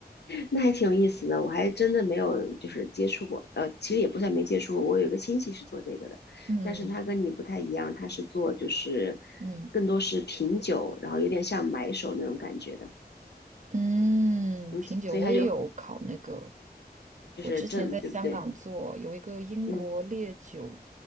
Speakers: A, on the left (about 85°); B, on the right (about 50°).
A: 那还挺有意思的。我还真的没有就是接触过，呃，其实也不算没接触过。我有一个亲戚是做这个的，
B: 嗯
A: 但是他跟你不太一样，他是做就是
B: 嗯
A: 更多是品酒，然后有点像买手那种感觉的，
B: 嗯，
A: 嗯，
B: 品酒我也有考那个，
A: 所以他就就是挣，
B: 我之前在香港做有一个英国烈酒
A: 对不对？嗯，